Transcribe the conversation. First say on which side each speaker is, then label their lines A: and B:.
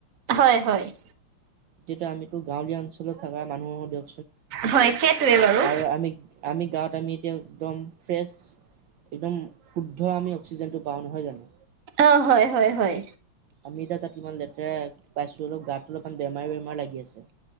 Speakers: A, on the right; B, on the right.
A: হয় হয় হয়
B: এতিয়ো আমিতো গাঁৱলীয়া অঞ্চলত থকা মানুহৰ দিয়
A: হয় সেইটোৱে বাৰু।
B: আৰু আমি আমি গাঁৱত আমি এতিয়া একদম ফ্ৰছ একদম শুদ্ধ আমি <unintelligible> জানো
A: অ হয় হয় হয়
B: আমি তাতমান লতেৰা পাইছো অলপ গাত বেমাৰ বেমাৰ লাগি আছে